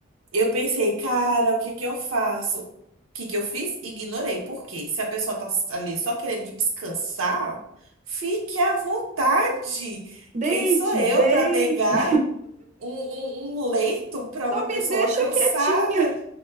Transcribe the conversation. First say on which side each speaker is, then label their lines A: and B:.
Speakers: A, on the right; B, on the right.
A: Eu pensei, cara, o que que eu faço? O que que eu fiz? Ignorei. Por quê? Se a pessoa tá ali só querendo descansar, fique à vontade.
B: Deite,
A: Quem sou eu
B: deite.
A: para negar um, um, um leito para
B: Só
A: uma
B: me
A: pessoa
B: deixa
A: cansada?
B: quietinha,